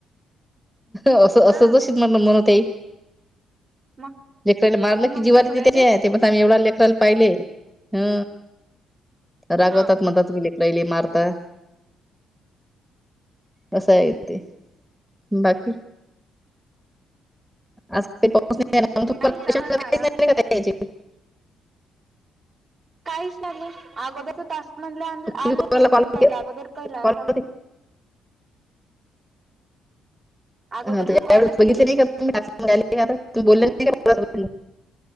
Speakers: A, in the centre; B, on the right.
A: असं असंचशी
B: हा
A: म्हण म्हण तेई.
B: मग
A: जे कला मारलं
B: मग
A: की जीवारी
B: तसं
A: ते
B: काय
A: त्या ते पण. एवढा लेखाला पाहिले ह रागवतात
B: हा
A: म्हणताात तुम्ही ले डैली मारता. असाय ते बाकी, आज ते पा <unintelligible>
B: काही चालू आहे आराम. काहीच लागले अगोदरच तास म्हधलं
A: तुम्हाला
B: आलं ते
A: कॉल
B: पहि अगोदर पहिलं
A: केला
B: चाल. अगोदर
A: हा
B: मी कॉलच
A: बघितले
B: केली.
A: नाही काही बोल नाही का <unintelligible>